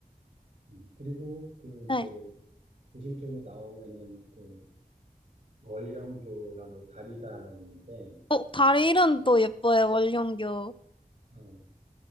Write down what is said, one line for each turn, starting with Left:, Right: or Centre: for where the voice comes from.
Right: 음. 그리고 그
Left: 네.
Right: 이제 도심 쪽에 나오면은 그 월령교라고 다리가 있는데,
Left: 어, 다리 이름도 예뻐요, 원룡교
Right: 음.